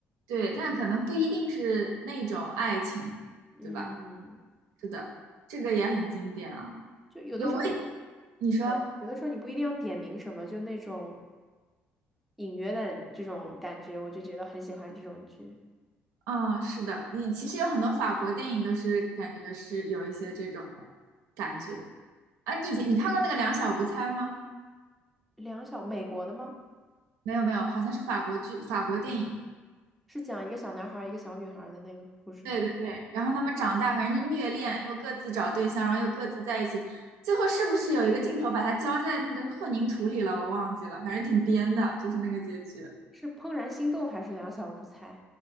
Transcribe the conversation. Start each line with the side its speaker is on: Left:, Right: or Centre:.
Right: 对，但可能不一定是那种爱情，
Centre: 嗯，
Right: 对吧？是的，这个也很经典啊。
Centre: 就有的时候你
Right: 有我也你说。
Centre: 对，有的时候你不一定要点名什么，就那种。隐约的这种感觉，我就觉得很喜欢这种剧。
Right: 嗯，是的，你其实有很多法国电影都是感觉是有一些这种的感觉啊。你以前你看过那个《两小无猜》吗？
Centre: 两小，美国的吗？
Right: 没有没有，好像是法国剧、法国电影。
Centre: 是讲一个小男孩儿一个小女孩儿的那个故事吗？
Right: 对对对，然后他们长大，反正就虐恋，又各自找对象，然后又各自在一起，最后是不是有一个镜头把它浇在那个混凝土里了？我忘记了，反正挺颠的，就是那个结局。
Centre: 是《怦然心动》还是《两小无猜》